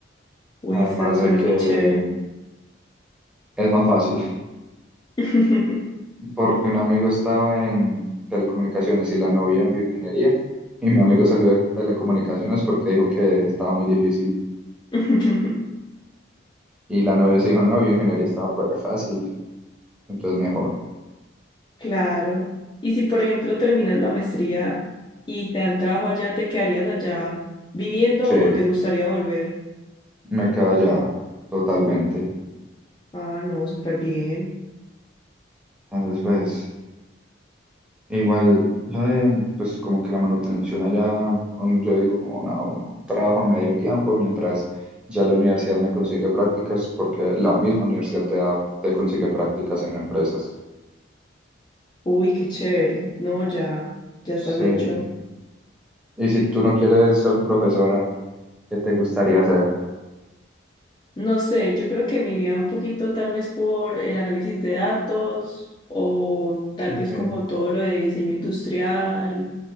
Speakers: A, on the left; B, in the centre.
A: Uy,
B: Además
A: está, suena
B: de que
A: muy chévere.
B: es más fácil,
A: <laughs>
B: <laughs> porque un amigo estaba en telecomunicaciones y la novia en bioingeniería, y mi amigo
A: Ujú.
B: salió de telecomunicaciones porque dijo que estaba muy difícil,
A: <laughs>
B: y la novia se dijo, no, bioingeniería está re fácil, entonces mejor.
A: Claro. Y si, por ejemplo, terminas la maestría y te dan trabajo allá, ¿te quedarías allá viviendo
B: Sí,
A: o te gustaría volver?
B: me queda ya totalmente.
A: Ah, no, súper bien.
B: Entonces, pues... E Igual, lo de, pues como que la manutención allá, un- yo digo como no, un trabajo a medio tiempo, mientras ya la universidad me consigue prácticas, porque la misma universidad te da- te consigue prácticas en empresas.
A: Uy, qué chévere. No, ya, ya estás
B: Sí.
A: hecho.
B: Y si tú no quieres ser profesora, ¿qué te gustaría hacer?
A: No sé, yo creo que me iría un poquito tal vez por el análisis de datos o tal
B: Ok,
A: vez como todo lo de diseño industrial,